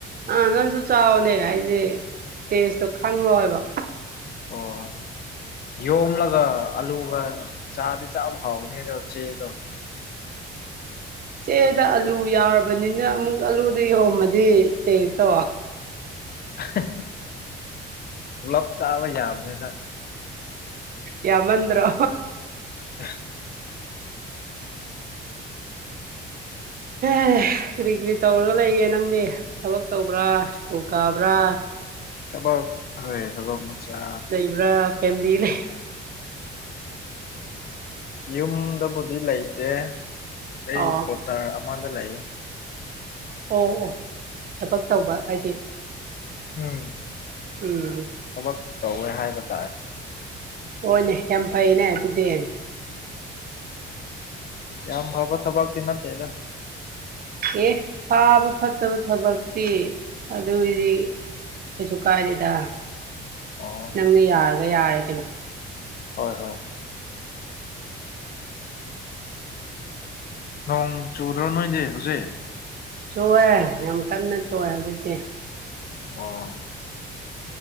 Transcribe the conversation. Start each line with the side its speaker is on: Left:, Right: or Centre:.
Right: ꯑꯥ ꯅꯪꯁꯨ ꯆꯥꯎꯅꯦ ꯍꯥꯏꯗꯤ ꯇꯦꯁꯇꯣ ꯈꯪꯉꯣꯏꯕ
Left: ꯑꯣ ꯌꯣꯡꯂꯒ ꯑꯂꯨꯒ ꯆꯥꯗꯤ ꯆꯥꯕ ꯍꯥꯎꯅꯦꯗꯣ ꯆꯦꯗꯣ
Right: ꯆꯦꯗ ꯑꯥꯂꯨ ꯌꯥꯎꯔꯕꯅꯤꯅ ꯑꯃꯨꯛ ꯑꯂꯨꯗ ꯌꯍꯣꯝꯃꯗꯤ ꯇꯥꯁꯇꯦ
Left: <unintelligible> ꯄꯨꯂꯞ ꯆꯥꯕ ꯌꯥꯕꯅꯦꯗ
Right: ꯌꯥꯝ ꯃꯟꯗ꯭ꯔꯣ
Left: <inaudible>
Right: ꯑꯦ ꯀꯔꯤ ꯀꯔꯤ ꯇꯧꯔꯒ ꯂꯩꯌꯦ ꯅꯪꯗꯤ ꯊꯕꯛ ꯇꯧꯕ꯭ꯔꯥ ꯁ꯭ꯀꯨꯜ ꯀꯥꯕ꯭ꯔꯥ
Left: ꯊꯕꯛ <unintelligible> ꯃꯆꯥ
Right: ꯄꯨ꯭ꯔꯥ ꯐꯦꯃꯤꯂꯤ ꯂꯩ
Left: ꯌꯨꯝꯗꯕꯨꯗꯤ ꯂꯩꯇꯦ ꯑꯩ
Right: ꯑꯣ
Left: ꯀꯣꯇꯥꯔ ꯑꯃꯗ ꯂꯩꯌꯦ
Right: ꯑꯣ ꯑꯣ ꯊꯕꯛ ꯇꯧꯕ ꯍꯥꯏꯗꯤ
Left: ꯎꯝ
Right: ꯎꯝ
Left: ꯊꯕꯛ ꯇꯧꯋꯦ ꯍꯥꯏꯕ ꯇꯥꯏ
Right: ꯍꯣꯏꯅꯦ ꯌꯥꯝ ꯐꯩꯅꯦ ꯑꯗꯨꯗꯤ
Left: ꯌꯥꯝ ꯐꯕ ꯊꯕꯛꯇꯤ ꯅꯠꯇꯦꯗ
Right: ꯑꯦ ꯐꯥꯕ ꯐꯠꯇꯕ ꯊꯕꯛꯇꯤ ꯑꯗꯨꯏꯗꯤ ꯀꯩꯁꯨ ꯀꯥꯏꯗꯦꯗ
Left: ꯑꯣ
Right: ꯅꯪꯅ ꯌꯥꯔꯒ ꯌꯥꯔꯦ ꯀꯩꯅꯣ
Left: ꯍꯣꯏ ꯍꯣꯏ ꯅꯣꯡ ꯆꯨꯗ꯭ꯔꯣ ꯅꯣꯏꯗꯤ ꯍꯧꯖꯤꯛ
Right: ꯆꯨꯑꯦ ꯌꯥꯝ ꯀꯟꯅ ꯆꯨꯑꯦ ꯍꯧꯖꯤꯛꯇꯤ
Left: ꯑꯣ